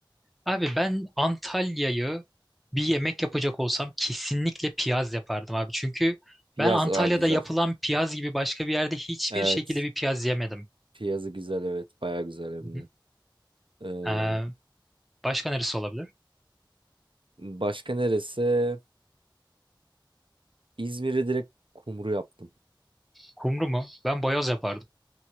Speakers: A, in the centre; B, on the right (about 80°).
A: Abi ben Antalya'yı bir yemek yapacak olsam kesinlikle piyaz yapardım abi. Çünkü
B: Piyaz
A: ben Antalya'da
B: aa güzel.
A: yapılan piyaz gibi başka bir yerde hiçbir
B: Evet.
A: şekilde bir piyaz yemedim.
B: Piyazı güzel evet. Baya güzel hem
A: Hı
B: de.
A: hı.
B: Ee,
A: Ee, başka neresi olabilir?
B: başka neresi? İzmir'i direkt kumru yaptım.
A: Kumru mu? Ben boyoz yapardım.